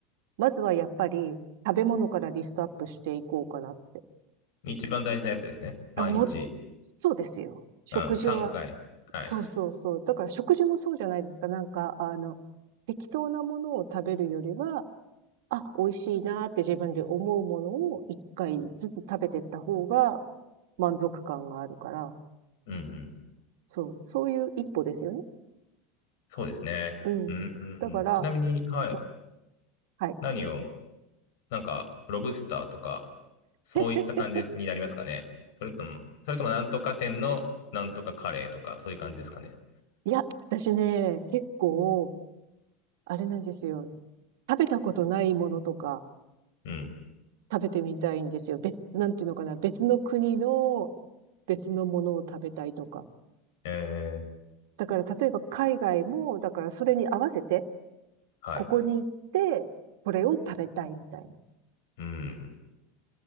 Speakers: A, on the right; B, on the left.
A: まずはやっぱり食べ物からリストアップしていこうかなって。
B: 一番大事なやつですね。毎日。
A: あ、もう、そうですよ。食事は
B: うん、3回。はい。
A: そうそうそう。だから食事もそうじゃないですか。なんか、あの、適当なものを食べるよりは、あ、美味しいなって自分で思うものを一回ずつ食べていった方が満足感があるから、
B: うん、うん。
A: そう、そういう一歩ですよね。
B: そうですね。
A: うん。
B: うん、うんちなみに、
A: だから、
B: はい。
A: うんはい。
B: 何を、なんか、ロブスターとか、そういった感じになりますかね。
A: <laughs>
B: それとも、それともなんとか店のなんとかカレーとか、そういう感じですかね。
A: いや、私ね、結構、あれなんですよ。食べたことないものとか
B: うん。
A: 食べてみたいんですよ。別、なんていうのかな。別の国の別のものを食べたいとか。
B: えー、
A: だから例えば海外も、だからそれに合わせて、
B: はい。
A: ここに行って、これを食べたいみたいな。
B: うん。